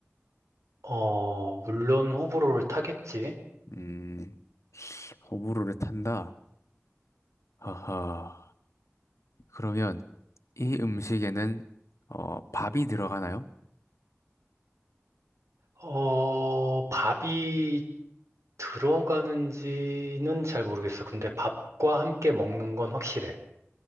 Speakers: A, on the right; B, on the left.
A: 어, 물론 호불호를 타겠지.
B: 음, 호불호를 탄다. 하하. 그러면 이 음식에는 어, 밥이 들어가나요?
A: 어, 밥이 들어가는지는 잘 모르겠어. 근데 밥과 함께 먹는 건 확실해.